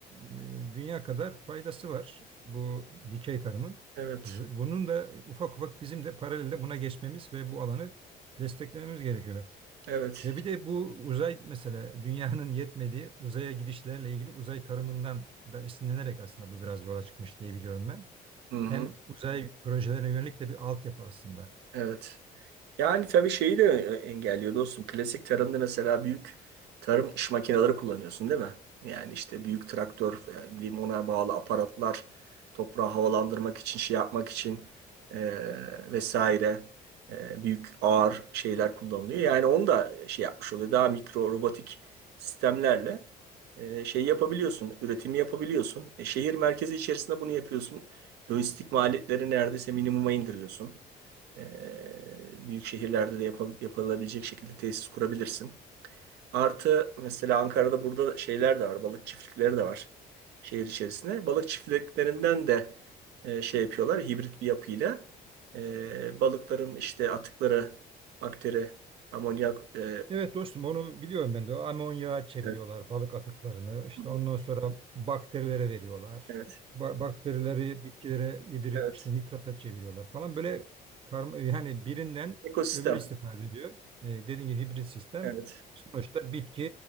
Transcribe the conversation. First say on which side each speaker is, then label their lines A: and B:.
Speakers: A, on the right; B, on the right.
A: e, dünya kadar faydası var bu dikey tarımın.
B: evet.
A: Z- Bunun da ufak ufak bizim de paralelde buna geçmemiz ve bu alanı desteklememiz gerekiyor.
B: Evet.
A: Ve bir de bu uzay mesela dünyanın yetmediği uzaya gidişlerle ilgili uzay tarımından da esinlenerek aslında bu biraz yola çıkmış diye biliyorum ben.
B: Hı hı.
A: Hem uzay projelerine yönelik de bir altyapı aslında.
B: Evet. Yani tabii şeyi de e, engelliyor dostum. Klasik tarımda mesela büyük tarım iş makineleri kullanıyorsun değil mi? Yani işte büyük traktör, yani ona bağlı aparatlar, toprağı havalandırmak için, şey yapmak için e, vesaire e, büyük ağır şeyler kullanılıyor. Yani onu da şey yapmış oluyor. Daha mikro robotik sistemlerle e, şey yapabiliyorsun, üretimi yapabiliyorsun. E, şehir merkezi içerisinde bunu yapıyorsun. Lojistik maliyetleri neredeyse minimuma indiriyorsun. E, büyük şehirlerde de yapıl- yapılabilecek şekilde tesis kurabilirsin. Artı mesela Ankara'da burada şeyler de var. Balık çiftlikleri de var şehir içerisinde. Balık çiftliklerinden de e, şey yapıyorlar. Hibrit bir yapıyla e, balıkların işte atıkları, bakteri, amonyak e,
A: Evet dostum onu biliyorum ben de. Amonyağa çeviriyorlar
B: evet.
A: balık atıklarını. İşte
B: Hı hı.
A: ondan sonra bakterilere veriyorlar.
B: Evet.
A: Ba- bakterileri bitkilere yedirip
B: Evet.
A: işte nitrata çeviriyorlar falan. Böyle karma, yani birinden
B: Ekosistem.
A: öbürü istifade ediyor. E, dediğin gibi hibrit sistem.
B: Evet.
A: Sonuçta bitki